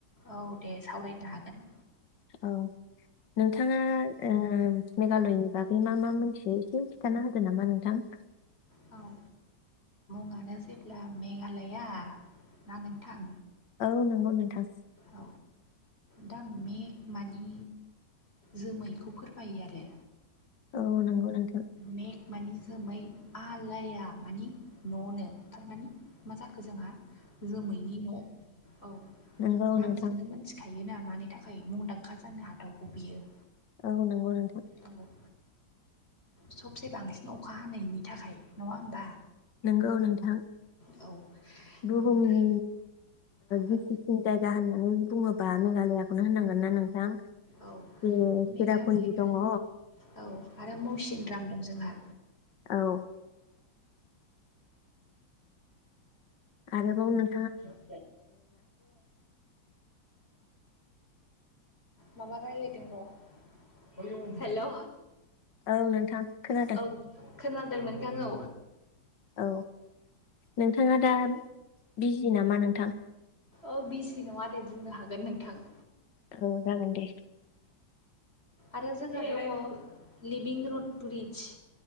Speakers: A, on the left; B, on the left.
A: औ दे सावरायनो हागोन
B: औ नोंथाङा ओ मेघालयनि बागै मा मा मिथियो एसे खिनथाना होदो नामा नोंथां <unintelligible>
A: औ औ जेब्ला मेघालया ना नोंथां
B: औ नंगौ नोंथां
A: औ दा मेग मानि जोमैखौ फोरमायो आरो
B: औ नंगौ नोंथौ
A: मेग मानि जोमै आलाया मानि न'नो थारमानि मा जाखो जोंहा जोमैनि न' औ
B: नंगौ
A: नामजोंनो
B: नोंथां
A: मिथिखायो बियोना मानि थाखाय मुंदांखा जानो हाथावगौ बियो
B: औ नंगौ नोंथां
A: औ सबसे बांसिन अखा हानायनि थाखाय नङा होमबा
B: नंगौ नोंथां
A: औ
B: बुहुमनि
A: दा औ
B: गिसिसिन जायगा होननानै बुङोबा मेघालयाखौनो होनांगोन। ना नोंथां उम
A: औ
B: सेरापुन्जि
A: मेघालया
B: दङ।
A: औ आरो मौसिन दाम दं जोंहा।
B: औ आरो बाव नों
A: <unintelligible> माबा रायज्लायदों र' हेलौ
B: औ नोंथां खोनादों
A: औ खोनादों नोंथां औ
B: औ नोंथाङा
A: आरो
B: दा बिजि नामा नोंथां?
A: औ बिजि नङा दे बुंनो हागोन नोंथां।
B: औ जागोन दे।
A: आरो जोंहा दङ लिभिं रुड ब्रिज